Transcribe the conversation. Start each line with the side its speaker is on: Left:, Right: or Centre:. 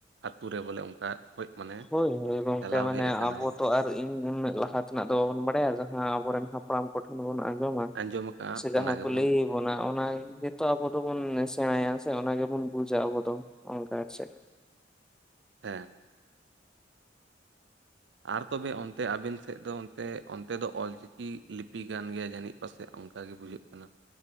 Right: ᱟᱛᱳ ᱨᱮ ᱵᱚᱞᱮ ᱚᱱᱠᱟ ᱠᱷᱚᱡ ᱢᱟᱱᱮ
Centre: ᱦᱳᱭ ᱦᱳᱭ ᱜᱚᱝᱠᱮ
Right: ᱪᱟᱞᱟᱣ
Centre: ᱢᱟᱱᱮ
Right: ᱦᱮᱡ ᱟᱠᱟᱱᱟ
Centre: ᱟᱵᱚ
Right: ᱵᱚᱞᱮ
Centre: ᱛᱚ ᱟᱨ ᱤᱧ ᱩᱱᱟᱹᱜ ᱞᱟᱦᱟ ᱛᱮᱱᱟᱜ ᱫᱚ ᱵᱟᱵᱚᱱ ᱵᱟᱲᱟᱭᱟ ᱡᱟᱦᱟᱸ ᱟᱵᱚᱨᱮᱱ ᱦᱟᱯ ᱦᱟᱯᱲᱟᱢ ᱠᱚᱴᱷᱮᱱ ᱵᱚᱱ ᱟᱸᱡᱚᱢᱟ
Right: ᱟᱸᱡᱚᱢ ᱟᱠᱟᱜᱼᱟ
Centre: ᱥᱮ ᱡᱟᱦᱟᱸ
Right: ᱚᱱᱟ ᱜᱮᱵᱚᱱ
Centre: ᱠᱚ ᱞᱟᱹᱭ ᱚᱱᱟ ᱚᱱᱟ ᱜᱮᱛᱚ ᱟᱵᱚ ᱫᱚᱵᱚᱱ ᱥᱮᱬᱟᱭᱟ ᱥᱮ ᱚᱱᱟ ᱜᱮᱵᱚᱱ ᱵᱩᱡᱷᱟ ᱟᱵᱚ ᱫᱚ ᱚᱱᱠᱟ ᱪᱮᱫ
Right: ᱦᱮᱸ ᱟᱨ ᱛᱚᱵᱮ ᱚᱱᱛᱮ ᱟᱵᱮᱱ ᱥᱮᱫ ᱫᱚᱱ ᱚᱱᱛᱮ ᱫᱚ ᱚᱞ ᱪᱤᱠᱤ ᱞᱤᱯᱤ ᱠᱟᱱ ᱜᱮᱭᱟ ᱡᱟᱹᱱᱤᱡ ᱯᱟᱥᱮᱡ ᱚᱱᱠᱟ ᱜᱮ ᱵᱩᱡᱷᱟᱹᱜ ᱠᱟᱱᱟ